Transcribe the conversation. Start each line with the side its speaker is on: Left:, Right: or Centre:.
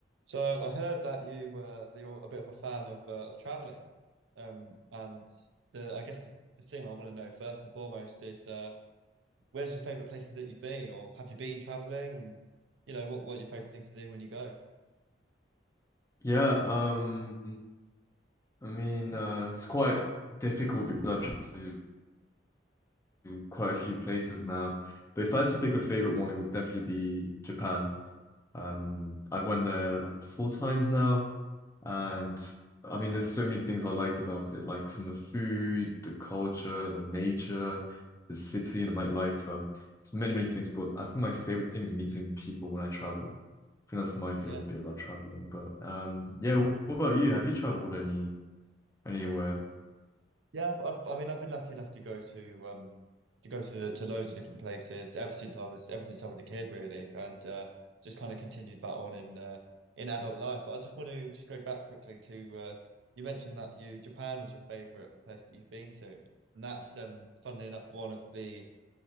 Right: So I heard that you were that you're a bit of a fan of uh, of traveling. Um, and the I guess the, the thing I want to know first and foremost is uh, where's your favorite places that you've been, or have you been traveling? And, you know, what what are your favorite things to do when you go?
Left: Yeah, um, I mean, uh, it's quite difficult because I've traveled to quite a few places now. But if I had to pick a favorite one, it would definitely be Japan. Um, I went there like four times now, and
Right: Wow,
Left: I mean, there's so many things I liked about it, like from the food, the culture, the nature, the city, and the nightlife. Um, it's many, many things. But I think my favorite thing is meeting people when I travel. I think that's my favorite
Right: yeah.
Left: bit about traveling. But um, yeah, wh- what about you? Have you traveled any? anywhere.
Right: Yeah, I, I mean, I've been lucky enough to go to um to go to to loads of different places ever since I was ever since I was a kid, really, and uh, just kind of continued that on in uh, in adult life. But I just want to just go back quickly to uh, you mentioned that you Japan was your favorite place that you've been to, and that's um funnily enough one of the